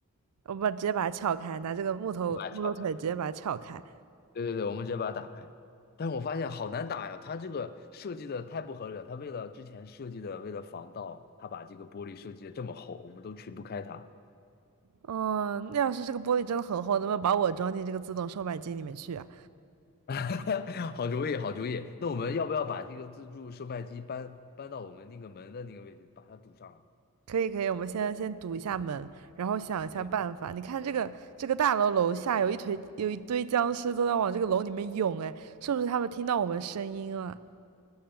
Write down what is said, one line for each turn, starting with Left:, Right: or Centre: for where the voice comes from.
Right: 我把直接把它撬开，拿这个木头木头腿直接把它撬开。
Left: 来吧？对对对，我们直接把它打开。但是我发现好难打呀，它这个设计的太不合理了。它为了之前设计的，为了防盗，它把这个玻璃设计的这么厚，我们都锤不开它。
Right: 嗯，那要是这个玻璃真的很厚，能不能把我装进这个自动售卖机里面去啊？
Left: <laughs> 好主意，好主意。那我们要不要把这个自助售卖机搬搬到我们那个门的那个位置，把它堵上了
Right: 可以可以，我们现在先堵一下门，然后想一下办法。
Left: 可以。
Right: 你看这个这个大楼楼下有一堆有一堆僵尸都在往这个楼里面涌，哎，是不是他们听到我们声音了？